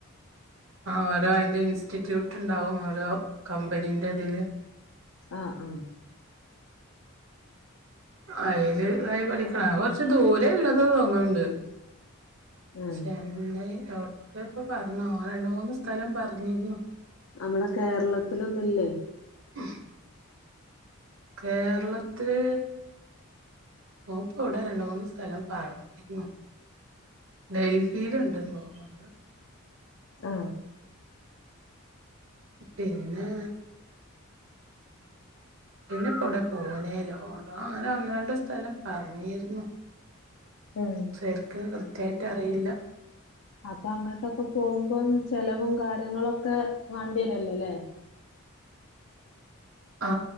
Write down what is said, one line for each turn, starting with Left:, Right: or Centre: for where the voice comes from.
Right: ആ.. ഓരോ
Left: ഉം
Right: അയിന്റെ ഇൻസ്റ്റിറ്റ്യൂ ട്ട്ണ്ടാവും ഓരോ കമ്പനീന്റെ ഇതില്.
Left: അ.. ആ..
Right: അയിലുതായി പഠിക്കണം, അത് കൊറച്ച് ദൂരള്ളതു തോന്ന്ണ്ട്.
Left: ആഹ്
Right: <unintelligible> ലോൺ അഇപ്പോ പറഞ്ഞോൻ, രണ്ടുമൂന്ന് സ്ഥലം പറഞ്ഞിരുന്നു.
Left: നമ്മുടെ കേരളത്തിലൊന്നുല്ലേ?
Right: ഹും കേരളത്തില് ഓൻപ്പൊവ്ടെ രണ്ടുമൂന്ന് സ്ഥലം പറഞ്ഞിരുന്നു. ഡൽഹിയിലുണ്ടെന്ന് തോന്ന്ണ്ട്.
Left: ആ..
Right: പിന്നേ പിന്നെയിപ്പോയിവിടെ പൂനേലോ, ഒന്നോ, ഒന്നുരണ്ടുസ്ഥല പറഞ്ഞിരുന്നു.
Left: ഉം..
Right: ശരിക്ക് കൃത്യായിട്ട് അറിയില്ല
Left: അപ്പൊ അങ്ങോട്ടൊക്കെ പോകുമ്പം ചെലവും കാര്യങ്ങളൊക്കെ വേണ്ടി വരില്ലല്ലേ
Right: ആ..